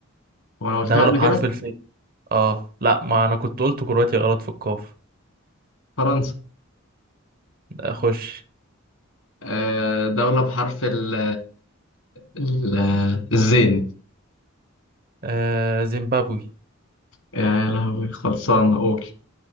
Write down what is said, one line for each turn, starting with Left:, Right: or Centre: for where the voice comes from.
Left: وأنا قلتها
Right: دولة
Left: قبل
Right: بحرف
Left: كده
Right: الف اه لا ما انا كنت قلت كرواتيا غلط في القاف
Left: فرنسا
Right: اخش
Left: آه، دولة بحرف ال ال- الزين
Right: آه زيمبابوي
Left: يا لهوي خلصان أقول